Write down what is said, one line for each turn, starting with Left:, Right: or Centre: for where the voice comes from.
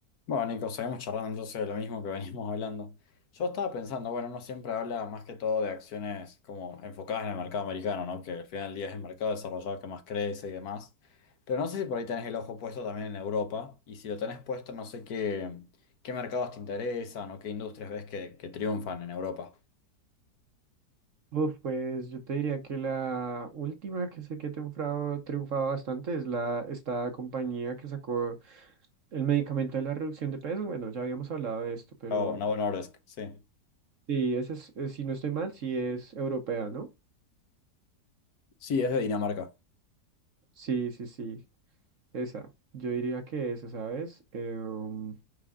Left: Bueno, Nico, seguimos charlando entonces de lo mismo que <laughs> venimos hablando. Yo estaba pensando, bueno, uno siempre habla más que todo de acciones como enfocadas en el mercado americano, ¿no? Que al final del día es el mercado desarrollado que más crece y demás. Pero no sé si por ahí tenés el ojo puesto también en Europa. Y si lo tenés puesto, no sé qué, qué mercados te interesan o qué industrias ves que, que triunfan en Europa.
Right: Uf, pues yo te diría que la última que sé que ha triunfado, triunfado bastante es la esta compañía que sacó el medicamento de la reducción de peso. Bueno, ya habíamos hablado de esto, pero
Left: Oh, Novo Nordisk, sí.
Right: sí, esa es, eh, si no estoy mal, sí es europea, ¿no?
Left: Sí, es de Dinamarca.
Right: Sí, sí, sí, esa. Yo diría que esa, ¿sabes? Eh, um,